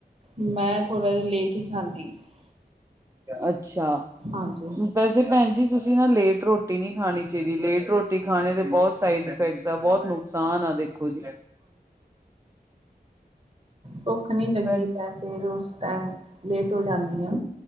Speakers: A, on the right; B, on the right.
A: ਮੈਂ ਥੋੜ੍ਹਾ ਜਿਹਾ ਲੇਟ ਹੀ ਖਾਂਦੀ ਹਾਂ।
B: ਅੱਛਾ,
A: ਹਾਂਜੀ
B: ਵੈਸੇ ਭੈਣ ਜੀ ਤੁਸੀਂ ਨਾ ਲੇਟ ਰੋਟੀ ਨਹੀਂ ਖਾਣੀ ਚਾਹੀਦੀ, ਲੇਟ ਰੋਟੀ ਖਾਣੇ ਦੇ ਬਹੁਤ ਸਾਈਡ ਇਫੈਕਟਸ ਆ ਬਹੁਤ ਨੁਕਸਾਨ ਆ ਦੇਖੋ ਜੀ,
A: ਭੁੱਖ ਨੀ ਲੱਗੀ,
B: ਭੈਣ
A: ਫਿਰ ਉਸ ਟਾਈਮ ਲੇਟ ਹੋ ਜਾਂਦੀ ਹਾਂ